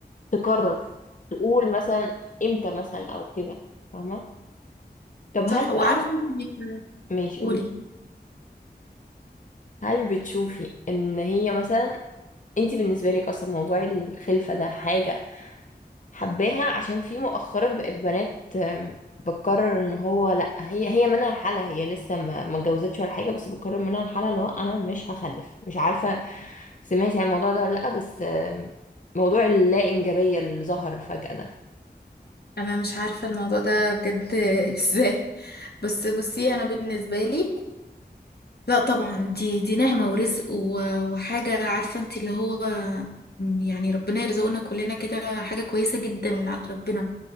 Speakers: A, on the left; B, on the left.
A: تقرر تقول مثلا امتى مثلا او كده فاهمة طب
B: صح
A: هل
B: وعارفة
A: بقى
B: انتي بيبقى-
A: ماشي
B: قولي
A: قولي هل بتشوفي ان هي مثلا انت بالنسبه لك اصلا موضوع الخلفه ده حاجه حباها عشان في مؤخرا بقت بنات آم، بتقرر ان هو لا هي هي منها الحالة هي لسه ما ما اتجوزتش ولا حاجه بس بتقرر منها الحالة اللي هو انا مش هخلف مش عارفه سمعتي عن الموضوع ده ولا لا بس آم، موضوع اللا انجابيه اللي ظهر فجاه ده
B: انا مش عارفة الموضوع ده بجد <laughs> ازاي بس بصي انا بالنسبة لي لا طبعا دي دي نعمة ورزق و- وحاجة عارفة انت اللي هو يعني ربنا يرزقنا كلنا كده حاجة كويسة جدا من عند ربنا